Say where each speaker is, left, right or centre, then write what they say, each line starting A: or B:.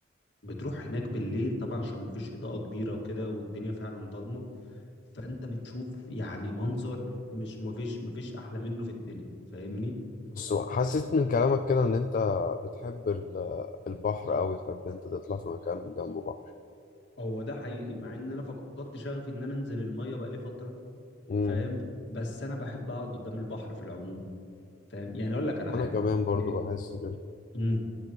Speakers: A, on the left; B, on the left.
A: بتروح هناك بالليل طبعا عشان ما فيش اضاءه كبيره وكده والدنيا فعلا ضلمه فانت بتشوف يعني منظر مش ما فيش ما فيش احلى منه في الدنيا فاهمني
B: بس حسيت من كلامك كده ان انت بتحب ال- البحر اوي تحب إن انت تطلع في مكان جنبه
A: هو ده حقيقي مع ان انا فقدت شغفي ان انا انزل الميه بقالي فتره
B: بحر
A: فاهم بس انا بحب اقعد قدام البحر في العموم فاهم يعني اقول لك على حاجه
B: انا كمان برضو
A: إيه،
B: بحس كده
A: امم